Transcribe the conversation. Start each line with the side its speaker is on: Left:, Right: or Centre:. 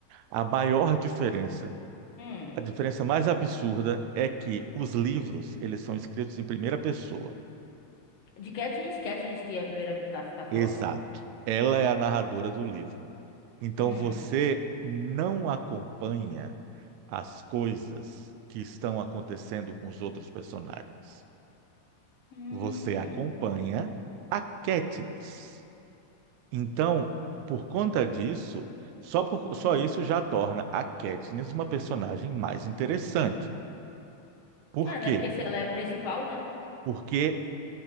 Right: a maior diferença,
Left: Hum.
Right: a diferença mais absurda é que os livros, eles são escritos em primeira pessoa.
Left: De Katniss, Katniss que é a primeira que tá, tá falando?
Right: Exato. Ela é a narradora do livro. Então
Left: Hum.
Right: você não acompanha as coisas que estão acontecendo com os outros personagens.
Left: Hum.
Right: Você acompanha a Katniss. Então, por conta disso, só, por-
Left: Hum.
Right: só isso já torna a Katniss uma personagem mais interessante. Por
Left: É,
Right: quê?
Left: né? Porque se ela é a principal, né?
Right: Porque